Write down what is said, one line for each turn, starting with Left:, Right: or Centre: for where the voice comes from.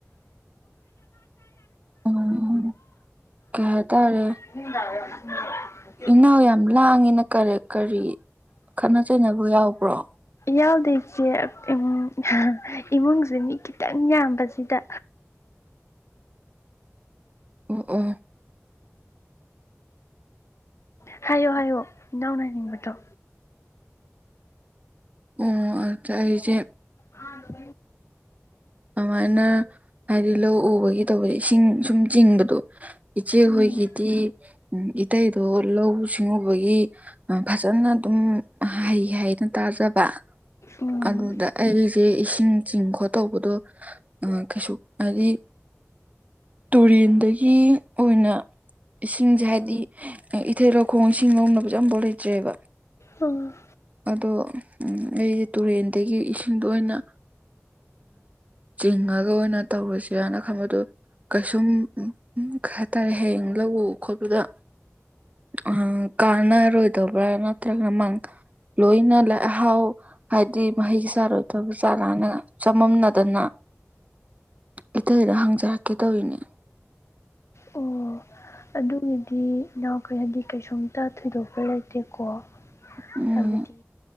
Right: ꯎꯝ ꯀ ꯇꯔꯦ
Left: <unintelligible>
Right: ꯏꯅꯥꯎ ꯌꯥꯝ ꯂꯥꯡꯉꯤꯅ ꯀꯔ ꯀꯔꯤ ꯈꯠꯅ ꯆꯩꯅꯕ ꯌꯥꯎꯕ꯭ꯔꯣ
Left: ꯌꯥꯎꯗꯣꯏꯁꯦ ꯍꯥ ꯏ ꯏꯃꯨꯡꯁꯦ ꯃꯤ ꯈꯤꯇꯪ ꯌꯥꯝꯕꯁꯤꯗ
Right: ꯑꯣ ꯑꯣ
Left: ꯍꯥꯏꯌꯨ ꯍꯥꯏꯌꯨ ꯏꯅꯥꯎꯅ ꯍꯥꯏꯅꯤꯡꯕꯗꯣ
Right: ꯑꯣ ꯑꯗ ꯑꯩꯁꯦ
Left: ꯑ ꯑꯗꯨ
Right: ꯑꯗꯨꯃꯥꯏꯅ ꯍꯥꯏꯗꯤ ꯂꯧ ꯎꯕꯒꯤ ꯇꯧꯕꯁ ꯏꯁꯤꯡ ꯁꯨꯝ ꯆꯤꯡꯕꯗꯣ ꯏꯆꯦꯍꯣꯏꯒꯤꯗꯤ
Left: ꯎꯝ
Right: ꯏꯇꯩꯗꯣ ꯂꯧꯎ ꯁꯤꯡꯎꯕꯒꯤ ꯐꯖꯅ ꯑꯗꯨꯝ ꯍꯩ ꯍꯥꯏ ꯑꯗꯨꯝ ꯇꯥꯖꯕ
Left: ꯎꯝ
Right: ꯑꯗꯨꯗ ꯑꯩꯁꯦ ꯏꯁꯤꯡ ꯆꯤꯡ ꯈꯣꯠꯇꯧꯕꯗꯣ ꯑ ꯀꯩꯁꯨ ꯍꯥꯏꯗꯤ ꯇꯨꯔꯦꯟꯗꯒꯤ ꯑꯣꯏꯅ ꯏꯁꯤꯡꯁꯦ ꯍꯥꯏꯗꯤ ꯏꯊꯩ ꯂꯧꯈꯣꯡ ꯏꯁꯤꯡ ꯂꯧꯅꯕꯁꯨ ꯑꯐꯥꯎ ꯂꯩꯇ꯭ꯔꯦꯕ
Left: ꯑꯝ
Right: ꯑꯗꯣ ꯑꯩꯁꯦ ꯇꯨꯔꯦꯟꯗꯒꯤ ꯏꯁꯤꯡꯗꯣ ꯑꯣꯏꯅ ꯆꯤꯡꯉꯒ ꯑꯣꯏꯅ ꯇꯧꯔꯁ ꯍꯥꯏꯅ ꯈꯟꯕꯗꯣ ꯀꯩꯁꯨꯝ ꯀꯩ ꯍꯥꯏꯇꯥꯔꯦ ꯍꯌꯦꯡ ꯂꯧꯎꯕ ꯈꯣꯠꯄꯗ ꯑ ꯀꯥꯟꯅ ꯔꫭꯏꯗꯕ꯭ꯔꯥ ꯅꯠꯇ꯭ꯔꯒ ꯃꯥꯡꯊꫭꯛ ꯂꯣꯏꯅ ꯂꯥꯏ ꯑꯍꯥꯎ ꯍꯥꯏꯗꯤ ꯃꯍꯩ ꯆꯥꯔꯣꯏꯗꯕ ꯆꯥꯔꯥꯅ ꯆꯃꯝꯅꯗꯅ ꯏꯇꯩꯗ ꯍꯪꯖꯔꯛꯀꯦ ꯇꯧꯅꯦ
Left: ꯑꯣ ꯑꯗꯨꯒꯤꯗꯤ ꯏꯅꯥꯎꯈꯩ ꯍꯥꯏꯗꯤ ꯀꯩꯁꯨꯝꯇ ꯊꯣꯏꯗꯣꯛꯄ ꯂꯩꯇꯦꯀꯣ
Right: ꯎꯝ
Left: ꯍꯥꯏꯕꯗꯤ